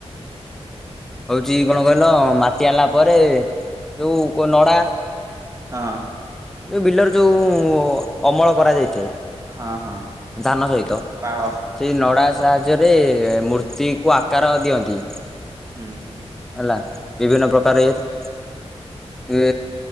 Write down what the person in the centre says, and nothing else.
ହଉଚି କଣ କହିଲ ମାଟି ଆଣିଲା ପରେ ଯୋଉ କୋଉ ନଡ଼ା
ଯୋଉ ବିଲର ଯୋଉ ଅମଳ କରାଯାଇଥାଏ
ଧାନ ସହିତ
ସେଇ ନଡ଼ା ସାହାଯ୍ୟରେ ମୂର୍ତ୍ତିକୁ ଆକାର ଦିଅନ୍ତି
ହେଲା ବିଭିନ୍ନ ପ୍ରକାର ଏ ଏ